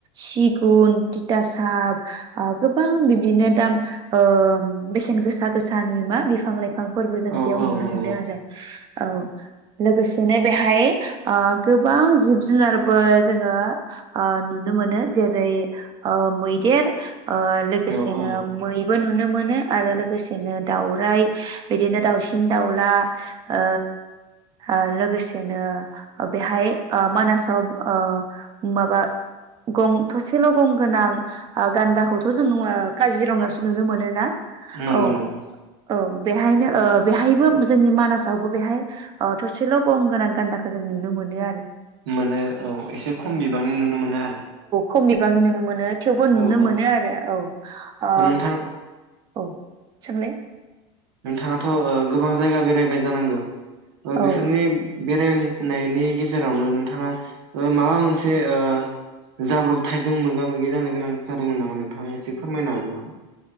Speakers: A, on the right; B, on the right.
A: सि गुन तिथा साब गोबां बिबदिनो दाम ओ बेसेन गोसा गोसानि मा बिफां लाइफां बिफां फोरबो जों
B: औ
A: बेयाव
B: औ
A: नुनो
B: नंगौ
A: मोनो आरो औ लोगोसेनो बेहाय ओ गोबां जिब जुनारबो जोङो ओ नुनो मोनो। जेरै ओ मैदेर ओ लोगोसेनो
B: औ औ
A: मैबो नुनो मोनो आरो लोगोसे बिदिनो दावराइ बिदिनो दाउसिन दाउला ओ, ओ लोगोसेनो ओ बेहाय ओ मानासाव ओ माबा गं थसेल गंगोनां आ गान्दाखौथ' जों नु आ काजिरङायावसो नुनो मोनोना?
B: नंगौ,
A: औ
B: नंगौ।
A: औ बेहायनो ओ बेहायबो जोंनि मानासावबो बेहाय ओ थसेल गंगोनां गान्दाखो जों नुनो मोनो आरो
B: मोनो औ एसे खम बिबांनि नुनो मोनो आरो।
A: खमनिबांनि नुनो मोनो। थेवबो नुनो
B: औ
A: मोनो
B: औ
A: आरो औ ओ
B: नोंथां
A: औ सोंलाय
B: नोंथाङाथ गोबां जायगा बेरायबाय जानांगौ ओ बेफोरनि
A: औ
B: बेरायनायनि गेजेरावनो नोंथाङा ओ माबा मोनसे ओ जाब्रबथायजों मोगा मो गि जानो गोनां जादोंमोन नामा नोंथाङा एसे फोरमायनो हागोन नामा।